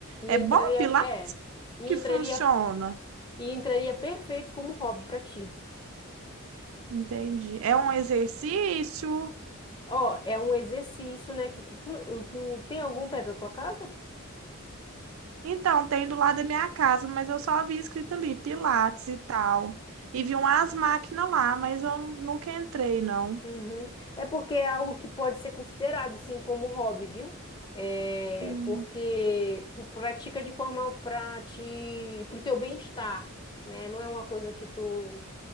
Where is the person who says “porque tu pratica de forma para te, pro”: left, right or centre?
Left